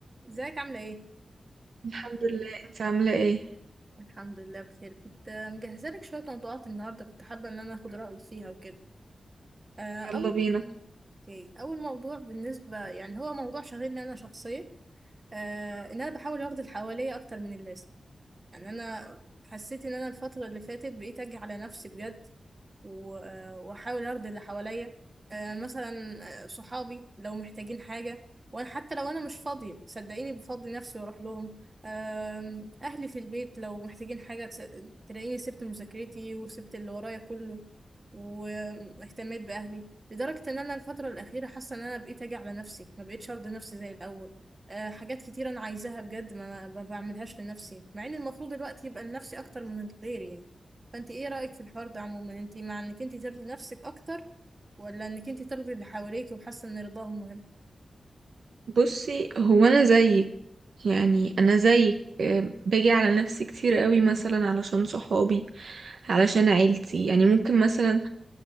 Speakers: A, on the right; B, on the right.
A: ازيك عاملة ايه؟
B: الحمد لله انت عاملة ايه
A: الحمد لله بخير كنت مجهزة لك شوية موضوعات النهاردة كنت حابة ان انا اخد رأيك فيها وكده آه، اول
B: يلا بينا
A: اوكي اول موضوع بالنسبة يعني هو موضوع شاغلني انا شخصيا آه، ان انا بحاول اخد اللي حواليا اكتر من اللازم يعني انا حسيت ان انا الفترة اللي فاتت بقيت اجي على نفسي بجد و- آه، واحاول ارضي اللي حواليا آه، مثلا آه، صحابي لو محتاجين حاجة وانا حتى لو انا مش فاضية صدقيني بفضي نفسي واروح لهم آم، اهلي في البيت لو محتاجين حاجة تس- تلاقيني سبت مذاكرتي وسبت اللي ورايا كله واهتميت باهلي لدرجة ان انا الفترة الاخيرة حاسة ان انا بقيت اجي على نفسي ما بقيتش ارضي نفسي زي الاول آه، حاجات كتير انا عايزاها بجد ما ما بعملهاش لنفسي مع ان المفروض الوقت يبقى لنفسي اكتر من غيري يعني فانت ايه رأيك في الحوار ده عموما انت مع انك انت ترضي نفسك اكتر ولا انك انت ترضي اللي حواليك وحاسه ان رضاهم مهم
B: بصي هو انا زيك يعني انا زيك آه، باجي على نفسي كتير قوي مثلا علشان صحابي علشان عيلتي يعني ممكن مثلا